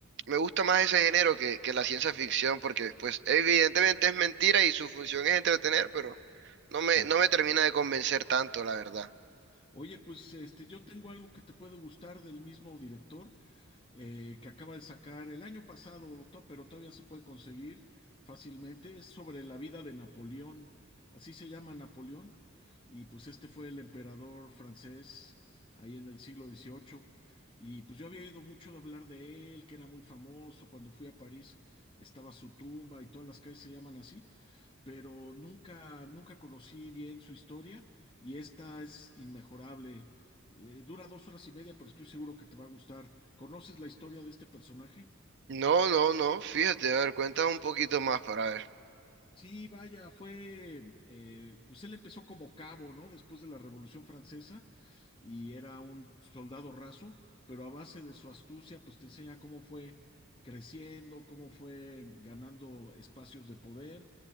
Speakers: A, on the right (about 60°); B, on the left (about 25°).
A: me gusta más ese género que, que la ciencia ficción, porque pues evidentemente es mentira y su función es entretener, pero no me,
B: Sí.
A: no me termina de convencer tanto, la verdad.
B: Oye, pues este, yo tengo algo que te puede gustar del mismo director, eh, que acaba de sacar el año pasado, to- pero todavía se puede conseguir fácilmente. Es sobre la vida de Napoleón, así se llama Napoleón, y pues este fue el emperador francés ahí en el siglo XVIII. Y pues yo había oído mucho hablar de él, que era muy famoso. Cuando fui a París estaba su tumba y todas las calles se llaman así pero nunca, nunca conocí bien su historia y esta es inmejorable. Eh, dura dos horas y media, pero estoy seguro que te va a gustar. ¿Conoces la historia de este personaje?
A: No, no, no, fíjate, a ver, cuéntame un poquito más para ver.
B: Sí, vaya, fue, eh, pues él empezó como cabo, ¿no? Después de la Revolución Francesa y era un soldado raso, pero a base de su astucia, pues te enseña cómo fue creciendo, cómo fue ganando espacios de poder